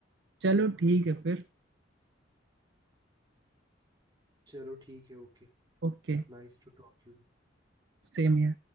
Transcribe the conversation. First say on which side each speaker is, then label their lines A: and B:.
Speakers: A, on the right; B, on the right.
A: चलो ठीक है फिर
B: चलो ठीक है okay
A: ओके
B: Nice to talk you
A: सेम